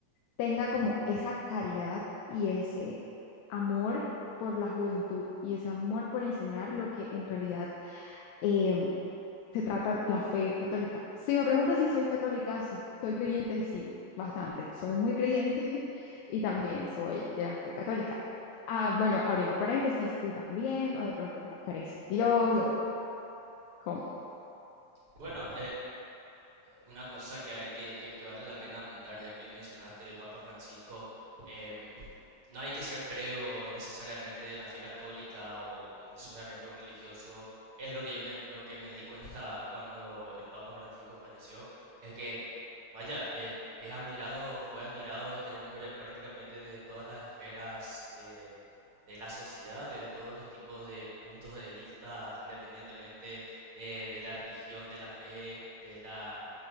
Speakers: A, on the left; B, on the right.
A: tenga como esa caridad y ese amor por la juventud y ese amor por enseñar lo que en realidad eh, se trata la fe católica. Si me preguntas si soy católica, si soy creyente, sí, bastante. Soy muy creyente <laughs> y también soy de la fe católica. Ah, bueno, abriendo paréntesis, tú también, o de pronto no crees en Dios, o cómo.
B: Bueno, una cosa que hay que, que- que vale la pena apuntar, ya que mencionaste del Papa Francisco, em, no hay que ser, creo, necesariamente de la fe católica o necesariamente un religioso. Es lo que yo me, lo que me di cuenta cuando el Papa Francisco falleció, es que, vaya, eh, es admirado, fue admirado este hombre prácticamente desde todas las esferas eh, de la sociedad, desde todos los tipos de puntos de vista, independientemente eh, de la religión, de la fe, de la